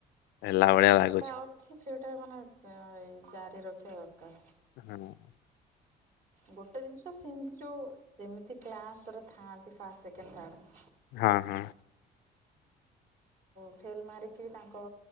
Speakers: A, on the left; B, on the right.
A: ହେଲା ଭଳିଆ
B: ହଁ ଆସ୍ତା
A: ଲାଗୁଛି।
B: ଅଛି ସେଟା ମାନେ ଏଇ ଜାରି ରଖି ଦରକର
A: <inaudible>
B: ଗୋଟେ ଜିନିଷ ସେମିତି ଯେଉଁ ଯେମିତି କ୍ଲାସ୍ରେ ଥାଆନ୍ତି ଫାଷ୍ଟ ସେକେଣ୍ଡ ଥାର୍ଡ଼।
A: ହଁ ହଁ
B: ଫେଲ ମାରିକି ତାଙ୍କ